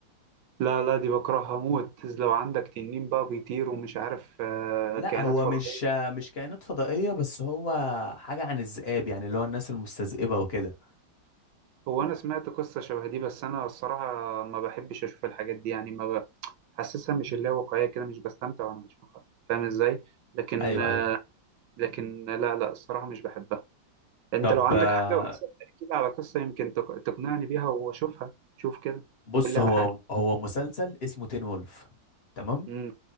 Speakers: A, on the right; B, on the left.
A: لا لا دي بكرهها موت لو عندك تنين بقى بيطير ومش عارف آه،
B: لا
A: كائنات
B: هو
A: فضائيه
B: مش مش كائنات فضائية بس هو حاجة عن الذئاب يعني اللي هو الناس المستذئبة وكده
A: هو انا سمعت قصه شبه دي بس انا الصراحه ما بحبش اشوف الحاجات دي يعني ما حاسسها مش اللي هي واقعية كده مش بستمتع وانا بشوفها فاهم ازاي لكن
B: ايوه ايوه
A: لكن لا لا الصراحة مش بحبها انت
B: طب
A: لو عندك
B: آه،
A: حاجة مثلا احكي لي على قصة يمكن تق- تقنعني بيها واشوفها شوف كده
B: بص
A: قول لي
B: هو
A: على حاجة
B: هو مسلسل اسمه تين وولف تمام
A: امم